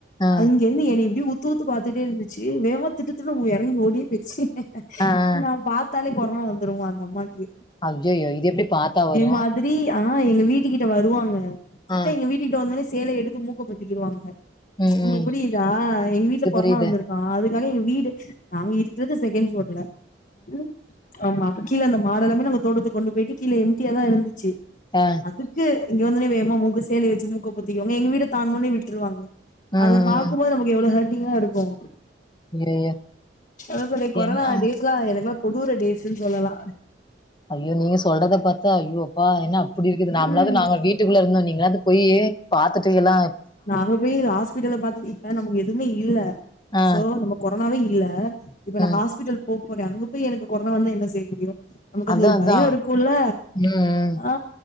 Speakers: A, on the left (about 25°); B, on the left (about 45°).
A: ஆ,
B: அங்கேந்து என்ன இப்டி உத் உத்து உத்து பாத்துட்டே இர்ந்துச்சு வேமா திட்டத்திட்டுனு உ எறங்கி ஓடியே பேய்ர்ச்
A: ஆ, ஆ.
B: நா பாத் <unintelligible> தொட்டாலே கொரோனா வந்துருமா அந்த அம்மாகு
A: ஐய்யயோ இது எப்டி பாத்தா வரு
B: மாதிரி ஆ எங்க வீட்டு கிட்ட வருவாங்க கரெக்டா
A: ஆ.
B: எங்க வீட்டு கிட்ட வந் சேல எடுத்து மு த்திகுவாங்க
A: ம்,
B: உங்குளுக்
A: ம்.
B: புரியுதா எங்க வீட்ல
A: இது
B: கொரோனா
A: புரியுது.
B: வந்துருக்கா அதுக் இதாங்க எங்க வீடு நாங்க இருக்குறது செகண்ட் ஃப்ளோர்ல ம் ஆமா கீழ அந்த மாட எல்லாமே நாங்க தோட்டத்துக் கொண்டு போயிட்டு கீழ் எம்ட்டியா தா இருந்துச்சு
A: ஆ.
B: அதுக்கு இங்க வந்ததுமே எங்க அம்மா மூக்க சேலய வச்சு மூக்க பொத்திக்குவாங்க எங்க வீடு தா முன்னே விட்ருவாங்க
A: ம்,
B: அத பாக்கும்
A: ம்.
B: போது நமக்கு எவ்ளோ ஹெல்ப் <unintelligible> தா இருக்கும்
A: ஐயய்யோ!
B: அது சரி கொரோனா
A: ஏன்னா
B: டேட்லாம் எனக்குலாம் கொடூர டேட்ஸ்னு சொல்லலாம்
A: ஐயோ நீங்க சொல்றத பாத்தா ஐயோ அப்பா ஏனா அப்படி இருக்குது நாம்ளாவது
B: ம்
A: நாங்க வீட்டுக்குள்ள இருந்தோ நீங்களாவது போயி பாத்துட்டீங்கனா
B: நாங்க போயி ஹாஸ்பிட்டல்ல பாத்துட்டு இப்ப நமக்கு எதுமே இல்ல
A: ஆ,
B: சோ நம்ம கொரோனாவே இல்ல இப்ப நா
A: ம்.
B: ஹாஸ்பிட்டல் போ போன அங்க போயி எனக்கு கொரோனா வந்தா என்ன செய்ய முடியும் நமக்கு அந்த
A: அதான்,
B: ஒரு
A: அதான்.
B: பயோ இருக்குல
A: ம், ம்.
B: ஆ